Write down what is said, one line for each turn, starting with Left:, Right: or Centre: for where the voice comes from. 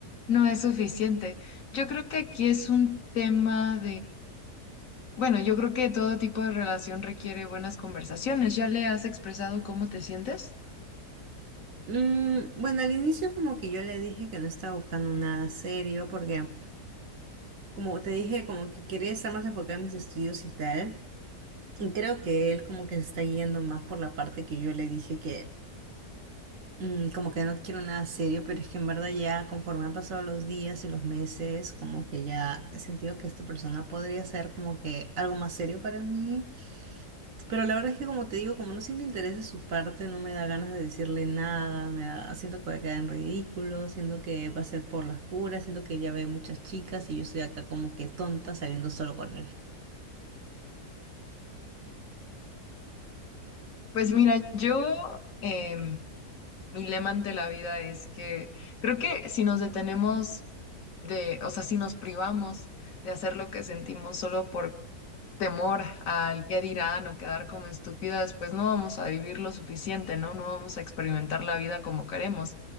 Left: no es suficiente. Yo creo que aquí es un tema bueno, yo creo que todo tipo de relación requiere buenas conversaciones. ¿Ya le has expresado cómo te sientes?
Right: Mm, bueno, al inicio como que yo le dije que no estaba buscando nada serio porque como te dije como que quería estar más enfocada en mis estudios y tal. Y creo que él como que se está guiando más por la parte que yo le dije que mm, como que no quiero nada serio, pero es que en verdad ya conforme han pasado los días y los meses, como que ya he sentido que esta persona podría ser como que algo más serio para mí. Pero la verdad es que como te digo, como no siento interés de su parte, no me da ganas de decirle nada, me da- siento que voy a quedar en ridículo, siento que va a ser por las puras, siento que ya ve muchas chicas y yo estoy acá como que tonta saliendo solo con él.
Left: Pues mira, yo, em, mi lema ante la vida es que creo que si nos detenemos de, o sea, si nos privamos de hacer lo que sentimos solo por temor al qué dirán o quedar como estúpidas, pues no vamos a vivir lo suficiente, ¿no? No vamos a experimentar la vida como queremos.